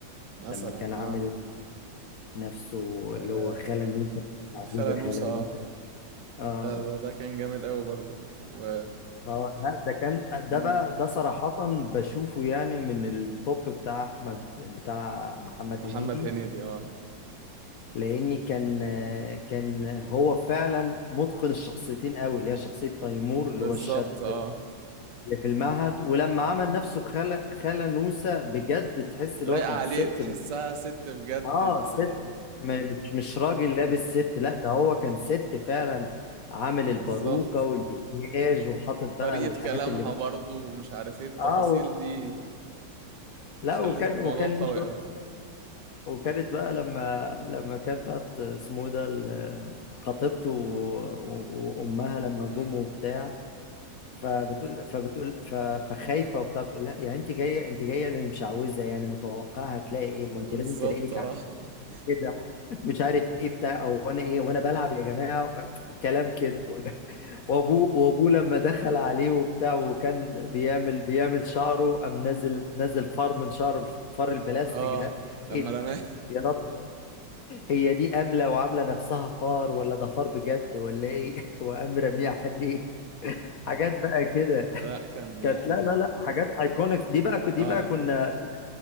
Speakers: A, on the right; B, on the left.
A: مثلا
B: لما كان عامل
A: اه,
B: نفسه
A: آه...
B: اللي هو خالة نوسة عزيزة
A: الخالة نوسة
B: خالة نوسة
A: اه
B: اه
A: ده, ده ده كان جامد قوي برضو و
B: اه لا ده كان ده
A: مم.
B: بقى ده صراحة بشوفه يعني من التوب بتاع احمد بتاع محمد
A: محمد
B: هنيدي
A: هنيدي اه
B: لاني كان كان هو فعلا متقن الشخصيتين قوي اللي هي شخصيه تيمور اللي
A: بالظبط
B: هو الشاب
A: اه
B: اللي في المعهد ولما عمل نفسه خالة خالة نوسة بجد تحس اللي
A: لايقة
B: هو كانت
A: عليه
B: ست
A: تحسها
B: مش-
A: ست بجد
B: اه
A: ب...
B: ست م- مش مش راجل
A: مم.
B: لابس ست لا ده هو كان ست فعلا عامل
A: بالظبط
B: الباروكه والمكياج وحاطط
A: طريقة
B: بقى الحاجات
A: كلامها
B: اللي
A: برضو ومش عارف ايه التفاصيل
B: اه و-
A: دي
B: لا
A: خلت
B: وكان
A: الموضوع
B: وكان
A: قوي
B: ليه
A: قوي
B: وكانت بقى لما لما كانت بقى ت- اسمه إيه ده ال- خطيبته و- و- وامها لما
A: امم
B: جم وبتاع فبتقول فبتقول ف- فخايفه وبتاع بتقول لها يعني انت جايه انت جايه للمشعوذه يعني متوقعه هتلاقي ايه ما انت
A: بالظبط
B: لازم تلاقي لك
A: اه
B: عفريت
A: <laughs>
B: <laughs> كده و- مش عارف ايه بتاع او انا ايه وانا بلعب يا جماعه كلام كده <laughs> وابوه وابوه لما دخل عليه وبتاع وكان بيعمل بيعمل شعره قام نزل نزل فار من شعره الفار البلاستيك
A: اه
B: ده
A: لما
B: ايه ده
A: رماه
B: يا رب هي دي أملة وعاملة نفسها فار ولا ده فار بجد ولا إيه <laughs> وقام رميه عليه <laughs> حاجات بقى كده
A: لا كان
B: كانت
A: اه
B: لا لا لا حاجات ايكونيك دي بقى دي
A: آه.
B: بقى كنا